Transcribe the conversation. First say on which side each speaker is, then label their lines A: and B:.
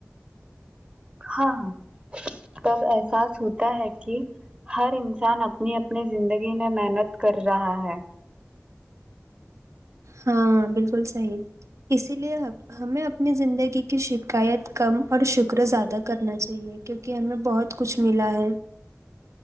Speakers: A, on the right; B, on the right.
A: ہاں تب احساس ہوتا ہے کہ ہر انسان اپنی اپنی زندگی میں محنت کر رہا ہے
B: ہاں بالکل صحیح اسی لیے آپ ہمیں اپنی زندگی کی شکایت کم اور شکر زیادہ کرنا چاہیے کیونکہ ہمیں بہت کچھ ملا ہے